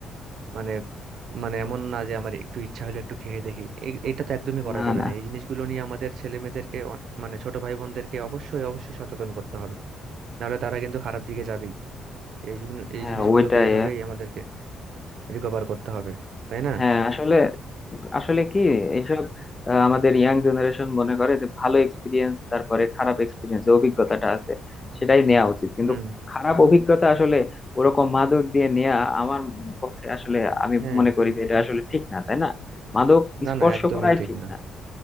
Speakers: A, on the right; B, on the left.
A: মানে মানে এমন না যে আমার একটু ইচ্ছা হলে একটু খেয়ে দেখি এই- এটা তো একদমই করা
B: না
A: যাবে
B: না
A: না এই জিনিসগুলো নিয়ে আমাদের ছেলে মেয়েদেরকে মানে ছোট ভাই বোনদেরকে অবশ্যই অবশ্যই সচেতন করতে হবে নাহলে তারা কিন্তু খারাপ দিকে যাবেই এই জন্য- এই
B: হ্যাঁ
A: জিনিসগুলোকে
B: ওইটাই
A: এইভাবেই আমাদেরকে রিকভার করতে হবে তাই না
B: হ্যাঁ আসলে আসলে কি এইসব আহ, আমাদের ইয়াং জেনারেশন মনে করে যে ভালো এক্সপিরিয়েন্স তারপরে খারাপ এক্সপিরিয়েন্স যে অভিজ্ঞতাটা আছে সেটাই নেওয়া উচিত কিন্তু
A: হুম
B: খারাপ অভিজ্ঞতা আসলে ওরকম মাদক দিয়ে নেওয়া আমার পক্ষে আসলে আমি
A: হ্যাঁ
B: মনে করি যে এটা আসলে ঠিক না তাই না মাদক
A: না
B: স্পর্শ
A: না একদমই
B: করাই
A: ঠিক
B: ঠিক
A: না
B: না